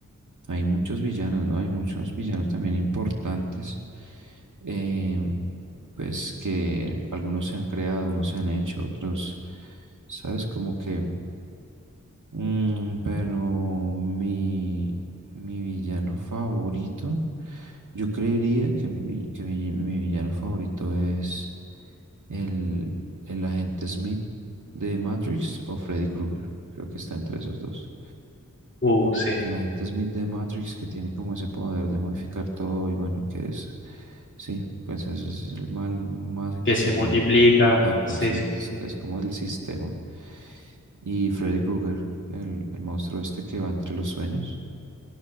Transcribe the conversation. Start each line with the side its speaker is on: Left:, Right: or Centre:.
Right: hay muchos villanos, ¿no? Hay muchos villanos también importantes, eh, pues que algunos se han creado, unos se han hecho, otros, ¿sabes? Como que, mm, pero mi, mi villano favorito, yo creería que mi, vi- que mi mi villano favorito es el, el agente Smith de Matrix o Freddy Krueger. Creo que está entre esos dos.
Left: Uh, sí.
Right: El agente Smith de Matrix que tiene como ese poder de modificar todo y bueno, y que es, sí, pues ese es el mal más encarnado.
Left: Que se multiplica.
Right: Exacto,
Left: Sí,
Right: sí,
Left: sí,
Right: es
Left: sí.
Right: es como el sistema. Y Freddy Krueger, el, el monstruo este que va entre los sueños.